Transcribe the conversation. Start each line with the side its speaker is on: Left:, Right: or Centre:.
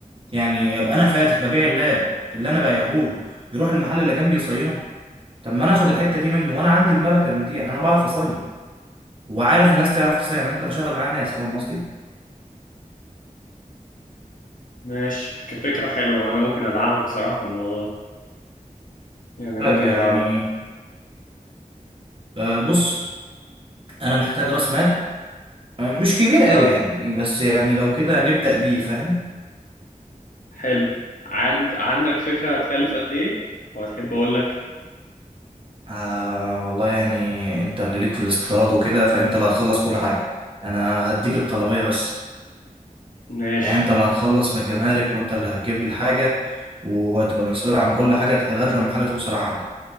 Right: يعني يبقى انا فاتح ببيع اللاب اللي انا بايعهوله يروح المحل اللي جنبي يصينه طب ما انا اخد الحته دي منه وانا عندي الملكه من دي يعني انا بعرف اصين وعارف ناس تعرف تصين انا ممكن اشغل معاها ناس فاهم قصدي
Left: ماشي كفكرة حلوة انا ممكن ادعمك بصراحة في الموضوع ده يعني
Right: طيب
Left: ممكن
Right: يعني
Left: ادعمك
Right: آه، بص انا محتاج راس مال آه، مش كبير قوي
Left: اه
Right: يعني بس يعني لو كده نبدا بيه فاهم
Left: حلو عند عندك فكرة هتكلف قد ايه وهتحب اقول لك
Right: آه والله يعني انت اللي ليك في الاستيراد وكده فانت اللي هتخلص كل حاجه انا هديك الطلبيه بس
Left: ماشي
Right: يعني انت اللي هتخلص من الجمارك وانت اللي هتجيب لي الحاجه وهتبقى مسؤول عن كل حاجه لغايه لما الحاجه توصل عندي